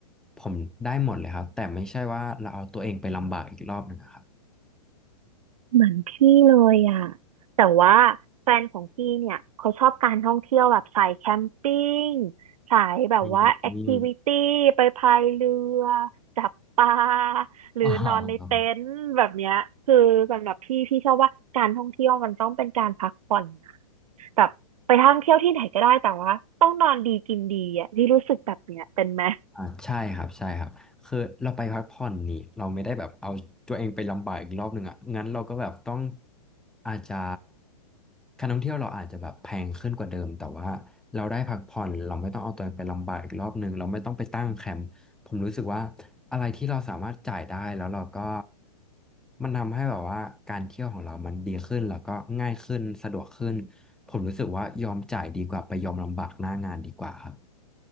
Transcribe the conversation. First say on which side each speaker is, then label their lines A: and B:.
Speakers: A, in the centre; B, on the right (about 65°).
A: ผมได้หมดเลยครับแต่ไม่ใช่ว่าเราเอาตัวเองไปลำบากอีกรอบหนึ่งอะครับ
B: เหมือนพี่เลยอ่ะแต่ว่าแฟนของพี่เนี่ยเขาชอบการท่องเที่ยวแบบสายแคมปิ้งสายแบบว่าแอคทิวิตี้ไปพายเรือ
A: อืมอม
B: จับปลาหรือนอนในเต็นท์แบบเนี้ยคือสำหรับพี่พี่ชอบว่าการท่องเที่ยวมันต้องเป็นการพักผ่อนนะ
A: อ๋อ
B: แบบไปท่องเที่ยวที่ไหนก็ได้แต่ว่าต้องนอนดีกินดีอ่ะพี่รู้สึกแบบเนี้ยเป็นไหม
A: อ่าใช่ครับใช่ครับคือเราไปพักผ่อนนี่เราไม่ได้แบบเอาตัวเองไปลำบากอีกรอบหนึ่งอ่ะงั้นเราก็แบบต้องอาจจะการท่องเที่ยวเราอาจจะแบบแพงขึ้นกว่าเดิมแต่ว่าเราได้พักผ่อนเราไม่ต้องเอาตัวเองไปลำบากอีกรอบหนึ่งเราไม่ต้องไปตั้งแคมป์ผมรู้สึกว่าอะไรที่เราสามารถจ่ายได้แล้วเราก็มันทำให้แบบว่าการเที่ยวของเรามันดีขึ้นแล้วก็ง่ายขึ้นสะดวกขึ้นผมรู้สึกว่ายอมจ่ายดีกว่าไปยอมลำบากหน้างานดีกว่าครับ